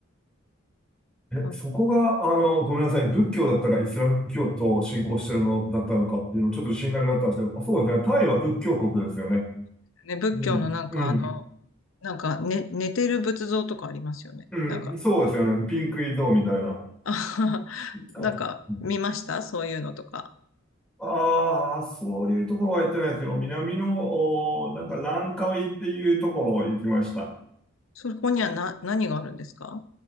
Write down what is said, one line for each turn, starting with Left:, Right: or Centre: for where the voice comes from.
Centre: え、
Left: うん
Centre: そこが、あの、ごめんなさい。仏教だったかイスラム教徒を信仰してるのだったのかっていうのちょっと自信なくなったんですけど、あ、そうですね。タイは仏教国ですよね。
Left: ね、仏教のなんかあの、
Centre: うん、うん、
Left: なんか、ね、寝てる仏像とかありますよね。
Centre: うん、
Left: なんか、
Centre: そうですよね。ピンクイゾーみたいな。
Left: <laughs> あはは
Centre: あ
Left: なんか見ましたそういうのとか。
Centre: ああ、そういうところは行ってないですけど、南の、おなんかランカウイっていうところ行きました。
Left: そこにはな、何があるんですか